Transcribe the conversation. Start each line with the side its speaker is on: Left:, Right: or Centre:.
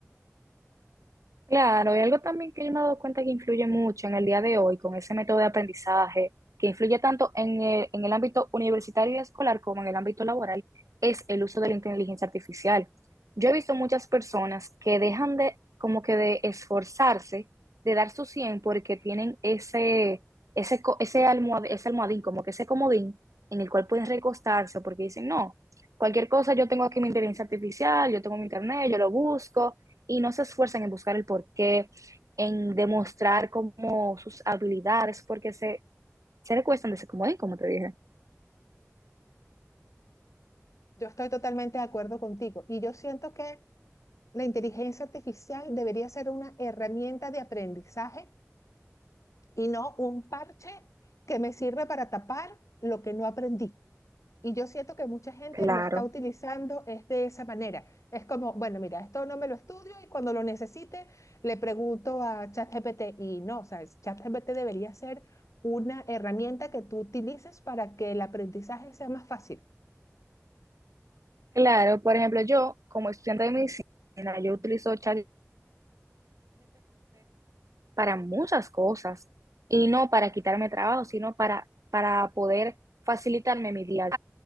Right: Claro, y algo también que yo me he dado cuenta que influye mucho en el día de hoy con ese método de aprendizaje, que influye tanto en el, en el ámbito universitario y escolar como en el ámbito laboral, es el uso de la inteligencia artificial. Yo he visto muchas personas que dejan de, como que de esforzarse, de dar su 100 porque tienen ese, ese, co- ese, almohad- ese almohadín, como que ese comodín en el cual pueden recostarse porque dicen, no, cualquier cosa, yo tengo aquí mi inteligencia artificial, yo tengo mi internet, yo lo busco y no se esfuerzan en buscar el porqué, en demostrar como sus habilidades, porque se, se recuestan de ese comodín, como te dije.
Left: Yo estoy totalmente de acuerdo contigo y yo siento que la inteligencia artificial debería ser una herramienta de aprendizaje y no un parche que me sirve para tapar lo que no aprendí. Y yo siento que mucha gente
Right: Claro.
Left: lo está utilizando es de esa manera. Es como, bueno, mira, esto no me lo estudio y cuando lo necesite le pregunto a ChatGPT. Y no, o sea, es- ChatGPT debería ser una herramienta que tú utilices para que el aprendizaje sea más fácil.
Right: Claro, por ejemplo, yo como estudiante de medicina, yo utilizo ChatGPT para muchas cosas y no para quitarme trabajo, sino para, para poder facilitarme mi día.